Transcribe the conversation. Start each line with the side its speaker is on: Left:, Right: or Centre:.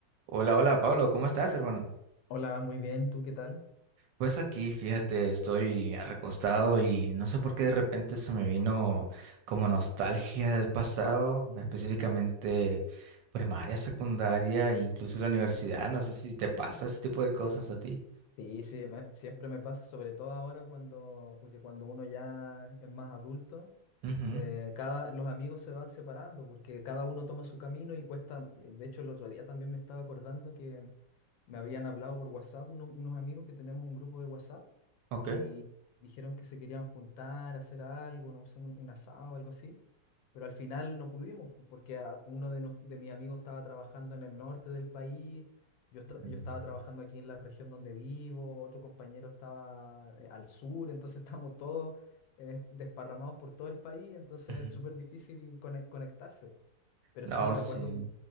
Right: Hola, hola Pablo, ¿cómo estás, hermano?
Left: Hola, muy bien, ¿tú qué tal?
Right: Pues aquí, fíjate, estoy recostado y no sé por qué de repente se me vino como nostalgia del pasado, específicamente primaria, secundaria e incluso la universidad. No sé si te pasa ese tipo de cosas a ti.
Left: Sí, sí, me- siempre me pasa, sobre todo ahora cuando, porque cuando uno ya es más adulto,
Right: Ujú,
Left: eh, cada, los amigos se van separando porque cada uno toma su camino y cuesta, eh, de hecho el otro día también me estaba acordando que me habían hablado por WhatsApp uno- unos amigos que tenemos un grupo de WhatsApp
Right: ok.
Left: y dijeron que se querían juntar, hacer algo, no sé, un, un asado o algo así, pero al final no pudimos porque a- uno de, nos- de mis amigos estaba trabajando en el norte del país. Yo, estra-
Right: Mm,
Left: yo estaba trabajando aquí en la región donde vivo, otro compañero estaba eh, al sur, entonces <laughs> estábamos todos eh, desparramados por todo el país, entonces
Right: ujú.
Left: es súper difícil cone- conectarse. Pero
Right: No,
Left: sí recuerdo
Right: sí.
Left: con,